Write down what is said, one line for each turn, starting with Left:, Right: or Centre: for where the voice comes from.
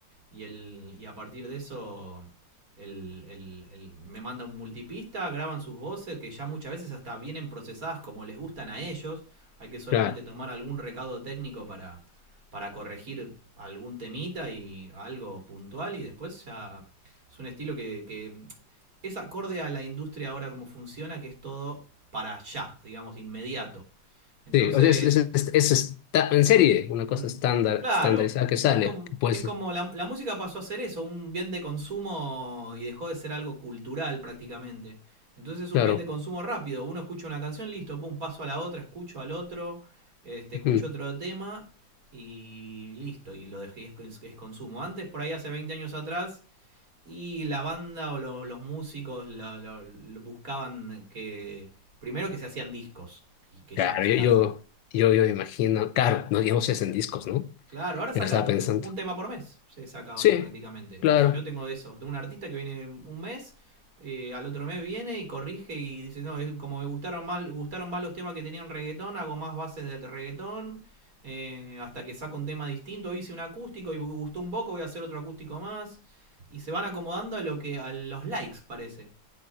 Right: y, el, y a partir de eso el, el- el- me manda un multipista, graban sus voces que ya muchas veces hasta vienen procesadas como les gustan a ellos. Hay que solamente
Left: claro.
Right: tomar algún recaudo técnico para, para corregir algún temita y algo puntual y después ya es un estilo que, que es acorde a la industria ahora como funciona, que es todo para allá, digamos, inmediato. Entonces,
Left: Sí, o sea, es, es, es- es esta- en serie, una cosa
Right: mm,
Left: estándar,
Right: claro,
Left: estandarizada que sale,
Right: es como,
Left: que puede
Right: es
Left: ser,
Right: como la, la música pasó a ser eso, un bien de consumo y dejó de ser algo cultural prácticamente. Entonces es un
Left: claro.
Right: bien de consumo rápido. Uno escucha una canción, listo, pum, paso a la otra, escucho al otro, este,
Left: ujú.
Right: escucho otro tema y listo, y lo dejé, es, es consumo. Antes, por ahí hace 20 años atrás, y la banda o lo- los músicos la- lo- lo- buscaban que. Primero que se hacían discos y que
Left: Claro,
Right: ya no se
Left: yo,
Right: hacen.
Left: yo, yo, yo me imagino, claro, no, digamos es en discos, ¿no?
Right: Claro, ahora sacan
Left: Yo lo estaba
Right: un,
Left: pensando.
Right: un tema por mes. Se saca ahora
Left: Sí,
Right: prácticamente.
Left: claro,
Right: Es- yo tengo eso. Tengo un artista que viene un mes, eh, al otro mes viene y corrige y dice: No, es, como me gustaron más, gustaron más los temas que tenían reggaetón, hago más bases de reggaetón. eh, hasta que saco un tema distinto. hice un acústico y gustó un poco, voy a hacer otro acústico más. Y se van acomodando a lo que a los likes, parece.